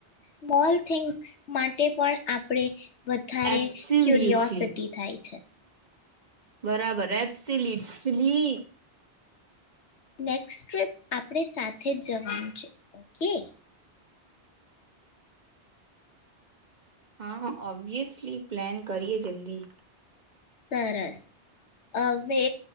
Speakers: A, on the left; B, on the right.
A: સ્મોલ થિંગ્સ માટે પણ આપણે વધારે
B: એબ્સોલ્યુટલી
A: ક્યુરિયોસિટી થાય છે.
B: બરાબર એપ્સીલી લી.
A: નેક્સ્ટ ટ્રીપ આપણે સાથે જ જવાનું છે ઓકે.
B: હા ઓબ્વિયસલી પ્લાન કરીએ જલ્દી.
A: તરસ અવે